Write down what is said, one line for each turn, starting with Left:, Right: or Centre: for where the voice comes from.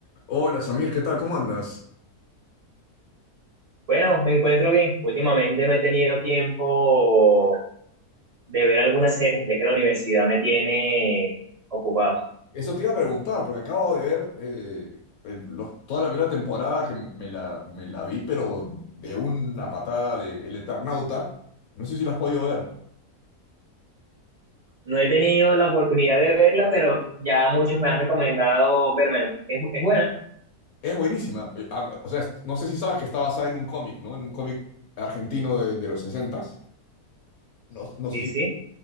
Left: Hola Samir, ¿qué tal? ¿Cómo andas?
Right: Bueno, me encuentro bien. Últimamente no he tenido tiempo de ver algunas series, ya que la universidad me tiene ocupado.
Left: Eso te iba a preguntar, porque acabo de ver eh, el- los- toda la primera temporada que me la, me la vi, pero de una patada de El Eternauta. No sé si la has podido ver.
Right: No he tenido la oportunidad de verla, pero ya muchos me han recomendado vérmela. Es, es buena,
Left: Es buenísima. Eh, ah, O sea, es- no sé si sabes que está basada en un cómic, ¿no? En un cómic argentino de, de los sesentas. No, no
Right: sí,
Left: sé si.
Right: sí.